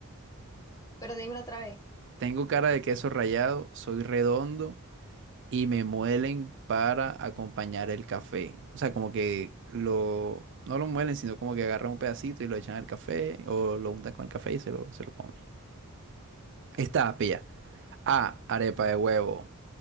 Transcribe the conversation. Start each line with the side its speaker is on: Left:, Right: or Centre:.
Left: Pero dímelo otra vez.
Right: Tengo cara de queso rallado, soy redondo y me muelen para acompañar el café. O sea, como que lo... No lo muelen, sino como que agarran un pedacito y lo echan al café o lo untan con el café y se lo, se lo comen. Esta, pilla. A, arepa de huevo.